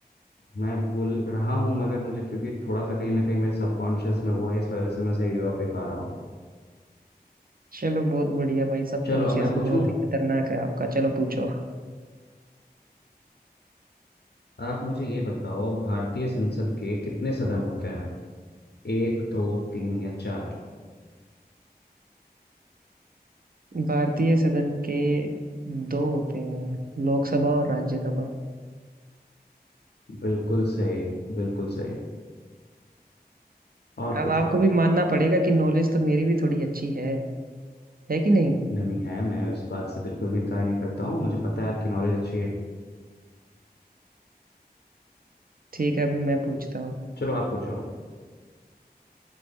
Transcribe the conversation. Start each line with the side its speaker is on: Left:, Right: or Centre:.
Left: मैं भूल रहा हूँ मगर मुझे क्योंकि थोड़ा सा कहीं ना कहीं मेरे सबकॉन्शियस में वो है इस वजह से मैं सही जवाब दे पा रहा हूँ
Right: चलो बहुत बढ़िया भाई सब
Left: चलो
Right: कॉन्शियस
Left: अब मैं पूछूं
Right: बहुत ही खतरनाक है आपका चलो पूछो
Left: आप मुझे ये बताओ भारतीय संसद के कितने सदन होते हैं एक दो तीन या चार
Right: भारतीय सदन के दो होते हैं लोकसभा और राज्यसभा
Left: बिल्कुल सही बिल्कुल सही और
Right: अब
Left: पूछो
Right: आपको
Left: आप
Right: भी मानना पड़ेगा कि नॉलेज तो मेरी भी थोड़ी अच्छी है है कि नहीं
Left: नहीं है मैं इस बात से बिल्कुल भी इनकार नहीं करता हूँ मुझे पता है आपकी नॉलेज अच्छी है
Right: ठीक है अभी मैं पूछता हूँ
Left: चलो आप पूछो